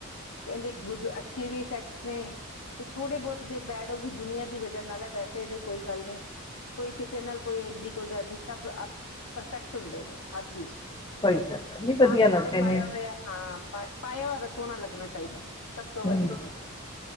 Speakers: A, on the left; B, on the left.
A: ਕਹਿੰਦੇ ਗੁੱਡ ਅੱਛੇ ਵੀ ਇਫੈਕਟਸ ਨੇ ਤੇ ਥੋੜੇ ਬਹੁਤ ਜੇ ਬੈਡ ਉਹ ਵੀ ਦੁਨੀਆਂ ਦੀ ਵਜ੍ਹਾ ਨਾਲ ਐ, ਵੈਸੇ ਇਹਦੇ ਚ ਕੋਈ ਗੱਲ ਨਈਂ, ਕੋਈ ਕਿਸੇ ਨਾਲ ਕੋਈ ਇਡੀ ਕੋਈ ਗੱਲ ਨਹੀਂ, ਕਰਦਾ ਸਭ ਆਪ ਪਰਫੈਕਟ ਹੁੰਦੇ ਨੇ ਹਰ ਚੀਜ਼ ਚ
B: ਸਹੀ ਗੱਲ ਹੈ
A: ਇਨਸਾਨ
B: ਨਹੀਂ ਵਧੀਆ
A: ਦੇ
B: ਲੱਗਦੇ
A: ਉੱਤੇ
B: ਨੇ
A: ਪਾਇਆ ਹੋਇਆ, ਹਾਂ ਪਾਇਆ ਹੋਇਆ ਰ ਸੋਹਣਾ ਲੱਗਣਾ ਚਾਹੀਦਾ ਐ ਸਭ ਤੋਂ ਵੱਡੀ
B: ਹੂੰ
A: ਚੀਜ਼